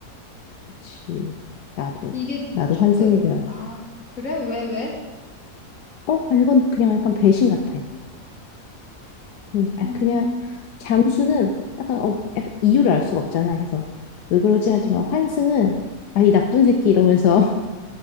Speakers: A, on the left; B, on the left.
A: 그치. 나도,
B: 이게
A: 나도
B: 조금,
A: 환승의 별.
B: 아, 그래? 왜, 왜?
A: 어? 아니, 이건 그냥 약간 배신 같아. 그냥, 아,
B: 음,
A: 그냥, 잠수는 약간, 어, 약간 이유를 알 수가 없잖아. 그래서, 왜
B: 그치.
A: 그러지 하지만 환승은, 아, 이 나쁜 새끼 이러면서,